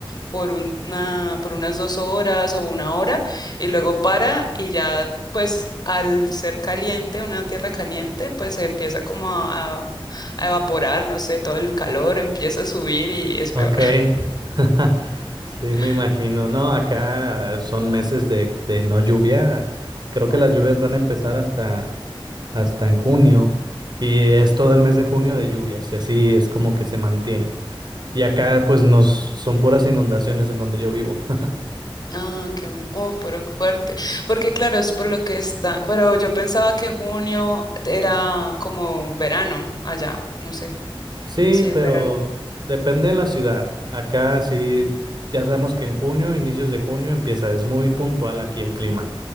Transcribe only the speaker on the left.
por un- una, por unas dos horas o una hora y luego para y ya pues al ser caliente, una tierra caliente, pues se empieza como a, a a evaporar, no sé, todo el calor empieza a subir y es peor.
<laughs>
Oh.
Ah, qué, oh, pero qué fuerte. Porque claro, es por lo que está, Bueno, yo pensaba que junio era como verano allá, no sé
si es
verano.
Mm.